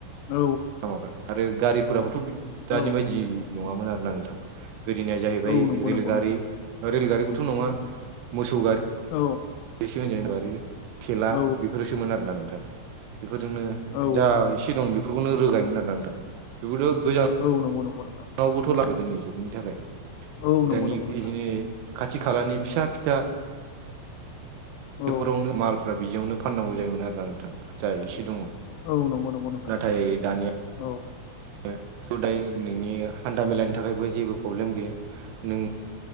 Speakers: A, on the left; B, on the right.
A: औ
B: लामाफ्रा आरो गारिफोराबोथ' बि-दानि
A: औ औ
B: बायदि नङामोन आरोना नोंथां। गोदोनिया जाहैबाय
A: औ नंगौ
B: रेलगारि
A: नंगौ नोंथां
B: रेलगारिबोथ' नङा मोसौ गारि
A: औ
B: रिसो होनजाय गारि थेला
A: औ
B: बेफोरसोमोन आरोना नोंथां बेफोरजोंनो
A: औ
B: जा इसे दं बेफोरखौनो रोगायोमोन आरोना नोंथां बेखौथ' गोजाम
A: औ नंगौ नंगौ नोंथां।
B: नावबोथ' ला गोदोनि जुगनि थाखाय
A: औ नंगौ
B: दानि
A: नंगौ नोंथां
B: इदिनो खाथि खालानि फिसा फिसा
A: औ
B: बेफोरावनो मालफ्रा बिदियावनो फाननांगौ जायोमोन आरो नोंथां। जा इसे दङ
A: औ नंगौ नंगौ नोंथां
B: नाथाय दानिया
A: औ
B: ओ हदाय नोंनि हान्था मेलानि थाखायबो जेबो प्रब्लेम गैया नों